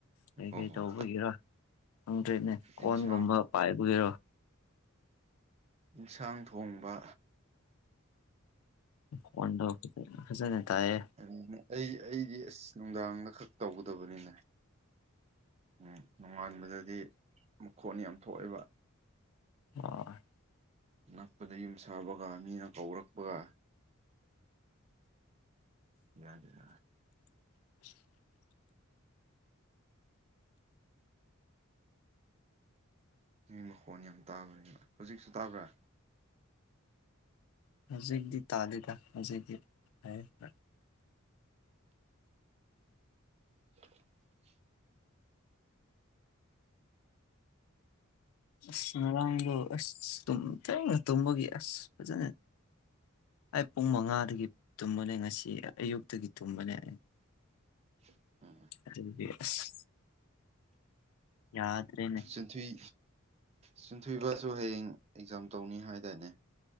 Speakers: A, on the left (about 80°); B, on the right (about 30°).
A: ꯀꯩꯀꯩ
B: ꯑꯣ ꯑꯣ
A: ꯇꯧꯕꯒꯤꯔ ꯈꯪꯗ꯭ꯔꯧꯅꯦ ꯀꯣꯟꯒꯨꯝꯕ
B: ꯏꯟꯁꯥꯡ
A: ꯄꯥꯏꯕꯒꯤꯔꯣ
B: ꯏꯟꯁꯥꯡ ꯊꯣꯡꯕ
A: ꯃꯀꯣꯟꯗꯣ ꯐꯖꯅ ꯇꯥꯏꯌꯦ
B: ꯀꯔꯤꯅꯣ ꯑꯩ ꯑꯩꯒꯤ ꯑꯁ ꯅꯨꯡꯗꯥꯡꯅ ꯈꯛ ꯇꯧꯒꯗꯕꯅꯤꯅꯦ ꯎꯝ ꯅꯣꯡꯉꯥꯟꯕꯗꯗꯤ ꯃꯈꯣꯟ ꯌꯥꯝ ꯊꯣꯛꯑꯦꯕ
A: ꯃꯥꯏ
B: ꯅꯛꯄꯗ ꯌꯨꯝ ꯁꯥꯕꯒ ꯃꯤꯅ ꯀꯧꯔꯛꯄꯒ ꯌꯥꯗꯦꯗ
A: <inaudible>
B: ꯃꯤ ꯃꯈꯣꯟ ꯌꯥꯝ ꯇꯥꯕꯅꯦꯕ ꯍꯧꯖꯤꯛꯁꯨ ꯇꯥꯕ꯭ꯔꯥ
A: ꯍꯧꯖꯤꯛꯗꯤ ꯇꯥꯂꯤꯗ ꯍꯧꯖꯤꯛꯗꯤ ꯇꯥꯏꯌꯦ ꯈꯔ
B: <unintelligible>
A: ꯑꯁ ꯉꯔꯥꯡꯗꯨ ꯑꯁ ꯇꯨꯝ ꯊꯦꯡꯅ ꯇꯨꯝꯕꯒꯤ ꯑꯁ ꯐꯖꯅ ꯑꯩ ꯄꯨꯡ ꯃꯉꯥꯗꯒꯤ ꯇꯨꯝꯕꯅꯦ ꯉꯁꯤ ꯑꯌꯨꯛꯇꯒꯤ ꯇꯨꯝꯕꯅꯦ ꯑꯩ
B: <inaudible> ꯎꯝ
A: ꯑꯗꯨꯒꯗꯤ ꯑꯁ ꯌꯥꯗ꯭ꯔꯦꯅꯦ
B: ꯑꯝꯊꯨꯏ ꯆꯟꯊꯨꯏꯕꯁꯨ ꯍꯌꯦꯡ ꯑꯦꯛꯖꯥꯝ ꯇꯧꯅꯤ ꯍꯥꯏꯗꯥꯏꯅꯦ